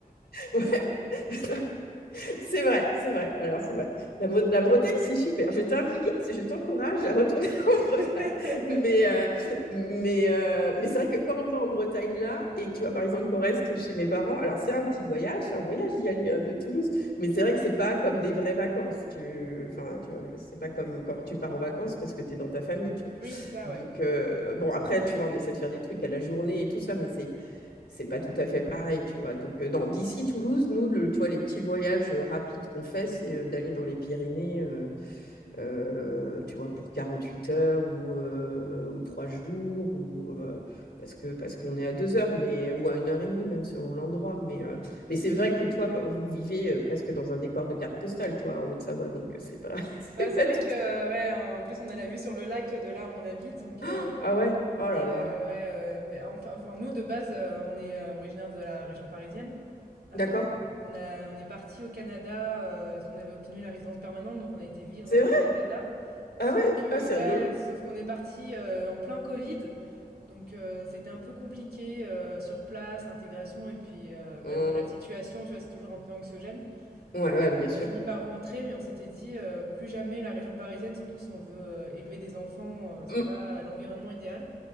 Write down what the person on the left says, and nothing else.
Ouais. <laughs> C'est vrai, c'est vrai. Alors, c'est vrai. La, la Bretagne, c'est super. Je t'invite, je t'encourage à retourner <laughs> en
Bretagne. Mais, euh, mais, euh, mais c'est vrai que quand on va en Bretagne là, et que tu vois par exemple qu'on reste chez mes parents, alors c'est un petit voyage, c'est un voyage d'y aller euh, de Toulouse. Mais c'est vrai que c'est pas comme des vraies vacances. Tu... Enfin, tu vois, c'est pas comme quand tu pars en vacances parce que tu es dans ta famille, tu vois.
Donc,
euh, bon, après, tu vois, on essaie de faire des trucs à la journée et tout ça, mais c'est c'est pas tout à fait pareil, tu vois. Donc, euh, dans d'ici Toulouse, nous, le- tu vois, les petits voyages euh, rapides qu'on fait, c'est euh, d'aller dans les Pyrénées, euh, euh, tu vois, pour 48 heures ou, euh, ou 3 jours, ou, euh, parce que, parce qu'on est à 2 heures, mais, ou à une heure et demie, même selon l'endroit. Mais, euh, mais c'est vrai que toi, vous vivez euh, presque dans un décor de carte postale, toi, en Haute-Savoie, donc euh, c'est pas, <laughs> c'est
pas
tout.
<gasps>
Ah ouais, oh
là là,
d'accord,
c'est
vrai,
ah ouais,
ah, c'est
rigolo.
Hum,
ouais,
ouais,
bien
sûr.
Hum.